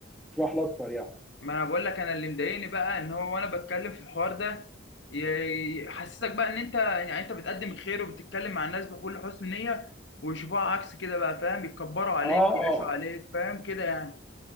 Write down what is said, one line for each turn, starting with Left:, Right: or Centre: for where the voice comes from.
Centre: اشرح لي اكتر يعني
Left: ما انا بقول لك انا اللي مضايقني بقى ان هو وانا بتكلم في الحوار ده ي- يحسسك بقى ان انت يعني انت بتقدم الخير وبتتكلم مع الناس بكل حسن نية ويشوفوها عكس كده بقى فاهم يتكبروا عليك
Centre: اه
Left: يعيشوا
Centre: اه آه.
Left: عليك فاهم كده يعني